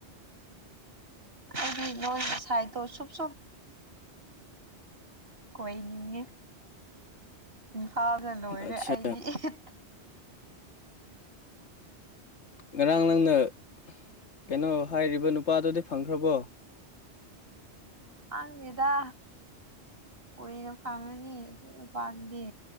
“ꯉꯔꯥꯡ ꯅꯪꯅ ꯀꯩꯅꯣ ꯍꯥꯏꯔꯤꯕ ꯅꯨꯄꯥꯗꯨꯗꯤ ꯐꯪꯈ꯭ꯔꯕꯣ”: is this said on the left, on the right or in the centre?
Left